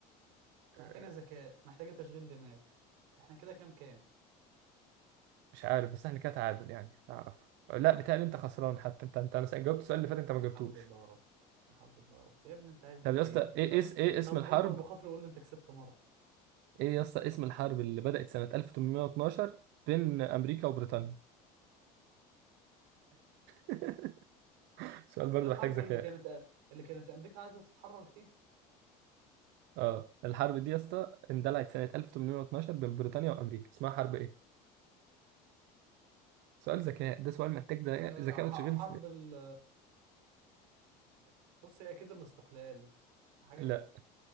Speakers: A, on the right; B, on the right.
A: محتاجه
B: آه،
A: ذكاء محتاجه تشغيل دماغ احنا كده كام كام
B: مش عارف بس احنا كده تعادل يعني اعرف لا بتهيألي انت خسران حتى انت انت انا جاوبت السؤال اللي فات انت ما جاوبتوش
A: حول الله يا رب لا حول الله يا رب يا ابني انت عايز مني
B: طب يا اسطى
A: ايه يا ابني
B: ايه
A: طب
B: اس ايه اسم
A: طب
B: الحرب
A: اكبر بخاطري قول لي انت كسبت مره
B: ايه يا اسطى اسم الحرب اللي بدأت سنة 1812 بين امريكا وبريطانيا <laughs> سؤال
A: مش
B: برضه
A: دي الحرب
B: محتاج ذكاء
A: اللي كانت اللي كانت امريكا عايزه تتحرر فيها
B: اه الحرب دي يا اسطى اندلعت سنة 1812 بين بريطانيا وامريكا اسمها حرب ايه؟ سؤال ذكاء ده سؤال محتاج ذكاء
A: آه،
B: ذكاء
A: ح-
B: وتشغيل
A: حرب ال بص هي اكيد الاستقلال حاجه
B: لا
A: كده